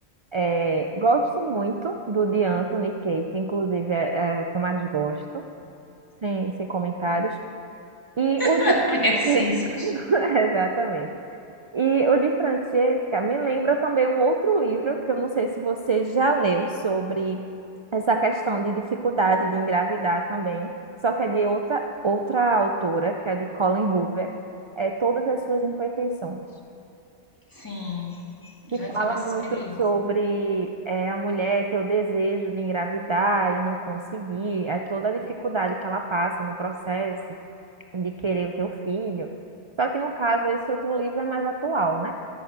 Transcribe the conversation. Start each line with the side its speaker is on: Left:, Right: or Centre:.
Right: É, gosto muito do de Anthony e Kate, inclusive é, é o que eu mais gosto, sem, sem comentários. E o
Left: <laughs>
Right: de Francis,
Left: Reticências.
Right: <laughs> exatamente. E o de Francesca me lembra também um outro livro, que eu não sei se você já leu, sobre essa questão de dificuldade de engravidar também, só que é de outra, outra autora, que é de Colleen Hoover, é Todas as Suas Imperfeições,
Left: Sim, já
Right: que fala
Left: tive essa
Right: muito
Left: experiência.
Right: sobre é, a mulher ter o desejo de engravidar e não conseguir, aí toda a dificuldade que ela passa no processo de querer o teu filho. Só que no caso, esse outro livro é mais atual, né?